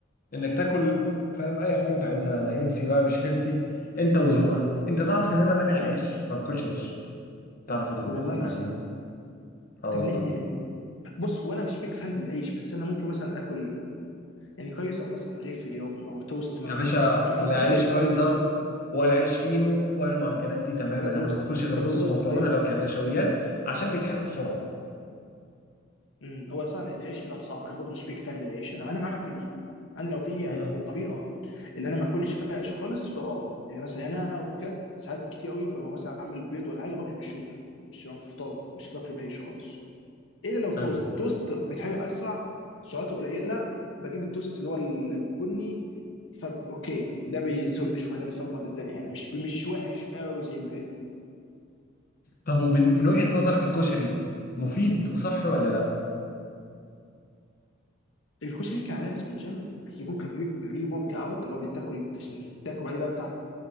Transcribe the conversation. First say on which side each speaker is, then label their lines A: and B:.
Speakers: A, on the left; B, on the left.
A: انك تاكل فاهم اي حاجه انت عايزها هيلسي بقى مش هيلسي انت وذوقك انت تعرف ان انا مانع العيش ما باكلش عيش تعرف المعلومه
B: والله العظيم
A: دي اه
B: طب
A: والله
B: ليه ليه ليه بص هو انا مش بيك فان بالعيش بس انا ممكن مثلا اكل يعني كويس او مثلا رغيف في اليوم او توست مثلا
A: يا باشا
B: ما
A: لا
B: بحبش
A: عيش
B: العيش
A: كايزر ولا عيش فينو ولا المعجنات دي تماما
B: ولا توست
A: انا ما باكلش غير
B: طب
A: رز
B: توست
A: ومكرونه
B: طيب
A: لو كان نشويات عشان بيتحرقوا بسرعه
B: امم هو صار العيش فعلا صعب انا برضه مش بيك فان بالعيش انا انا معاك في دي انا لو في
A: امم
B: طريقه اللي انا ما اكلش فيها عيش خالص فاه يعني مثلا انا بجد ساعات كتير قوي ببقى مثلا عامل بيض ولا حاجه باكله بالشوكه مش في فطار مش باكله بعيش خالص إيه الا لو في
A: حلو
B: توست توست بيتحرق اسرع سعراته قليله بجيب التوست اللي هو ال- البني فا اوكي ده بيزق شويه ده بيظبط الدنيا يعني مش مش وحش قوي زي الباقي
A: طب ومن من وجهه نظرك الكشري مفيد وصحي ولا لا
B: الكشري كان عندنا ناس في الجيم بيجيبوه كبري بري ورك اوت اللي هو بيتاكل عشان تاكل بعدين بقى بتاع